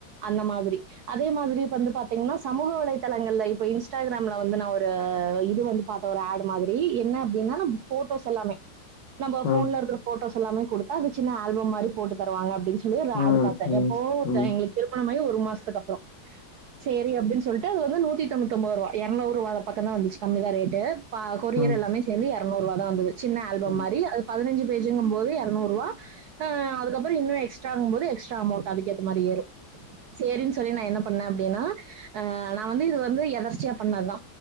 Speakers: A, on the right; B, on the left.
A: அந்த மாதிரி அதே மாதி ரி இப்ப வந்து பாத்தீங்ன்னா சமூக வலைதளங்கள்ல இப்ப இன்ஸ்டாகிராம்ல வந்து நா ஒரு இது வந்து பாத்தே ஒரு ஆட் மாதிரி என்ன அப்டின்னா போட்டோஸ் எல்லாமே நம்ம
B: ம்.
A: போன்ல இருக்கிற போட்டோஸ் எல்லாமே குடு த அது சின்ன ஆல்பம் மாரி போட்டு தருவாங்க அப்டின்னு சொ சொல்லி ஒரு
B: ம்.
A: ஆட் பாத்தே
B: ம்.
A: எப்போ
B: ம்.
A: எங்களுக்கு திருமண மாயி ஒரு மாசத் அதுக்கப்றோ செரி அப்டின்னு சொல் ட்டு அது ஒரு நூத்தி தொண்ணூதி ஒம்போதுரூபா எற்நூறுவா பக்கம்தா வந்துச்சு கம்மி தா ரேட்டு ஆ கொரியர்
B: ம்.
A: எல்லாமே சேந்து எரநூறுவா தா வந்தது சின்ன ஆல்பம்
B: ம். ம். ம்.
A: மாரி அது பதினஞ்சு பேஜிங்குபோது எரநூறுவா ஆ அதுக்கப்பறோ இன்னு எஸ்ட்ரா ஆகும்போது எஸ்ட்ரா அமவுண்ட் அதுக்கே மாரி ஏறும் சேரின் சொல்லி நா என்னப் பண்ணே அப்டின்னா ஆஹ் நா வந்து இது வந்து எதர்ச்சியா பண்ணது தா